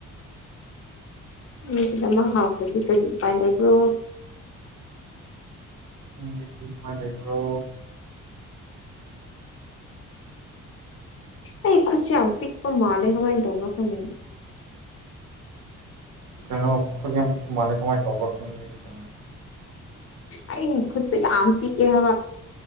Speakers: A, on the left; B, on the right.
A: ꯃꯤꯒꯤꯗꯃꯛ ꯍꯥꯎꯗꯗꯤ ꯀꯔꯤ ꯎꯄꯥꯏ ꯂꯩꯕ꯭ꯔꯣ
B: ꯅꯪꯗꯤ ꯎꯄꯥꯏ ꯂꯩꯕ꯭ꯔꯣ
A: ꯑꯩ ꯈꯨꯠꯁꯤ ꯌꯥꯝ ꯄꯤꯛꯄ ꯃꯥꯟꯂꯦ ꯀꯃꯥꯏ ꯇꯧꯕꯥ ꯈꯪꯗꯦꯅꯦ
B: ꯀꯩꯅꯣ ꯈꯨꯠ ꯌꯥꯝ ꯄꯤꯛꯄ ꯃꯥꯜꯂꯦ ꯀꯃꯥꯏ ꯇꯧꯕꯔ ꯈꯪꯗꯦ ꯍꯥꯏꯗꯤ ꯀꯩꯅꯣ
A: ꯑꯩꯩꯒꯤ ꯈꯨꯠꯇꯣ ꯌꯥꯝ ꯄꯤꯛꯑꯦ ꯍꯥꯏꯕ